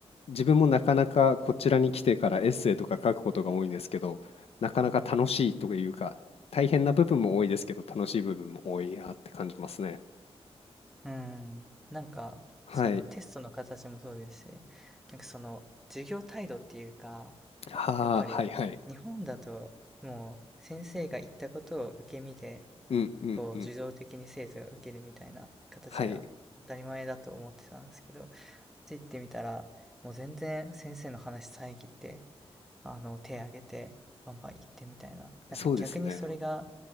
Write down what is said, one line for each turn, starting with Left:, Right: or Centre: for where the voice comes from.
Left: 自分もなかなかこちらに来てからエッセイとか書くことが多いんですけど、なかなか楽しいというか、大変な部分も多いですけど、楽しい部分も多いなって感じますね。
Centre: うん。なんか、
Left: はい。
Centre: そのテストの形もそうですし、なんかその授業態度っていうか、
Left: はあ、
Centre: やっぱり日本だともう先生が言ったことを受け身で、
Left: はいはい。うんうんうん。
Centre: こう自動的に精査が受けるみたいな形が当たり前だと思ってたんですけど、
Left: はい。
Centre: 行ってみたら、もう全然先生の話遮って、あの、手挙げて、バンバン行ってみたいな。なんか逆にそれが
Left: そうですね。